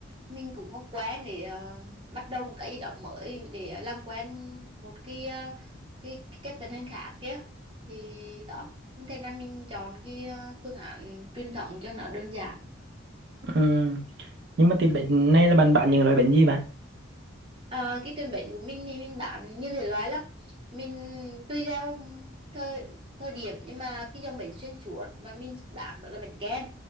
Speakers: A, on the right (about 25°); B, on the right (about 55°).
A: mình cũng không quen để ờ, bắt đầu một cái ý động mới để làm quen một cái ờ, cái, cái cách vận hành khác kia thì đó thế nên là mình chọn cái ờ, phương án truyền thống cho nó đơn giản
B: Ừ. Nhưng mà tìm bánh này là bạn bán những loại bánh gì bạn?
A: Ờ, cái tiền bệnh của mình thì mình bán như thể loại là mình tùy theo thời thời điểm nhưng mà cái dòng bánh xuyên suốt mà mình bán đó là bánh kem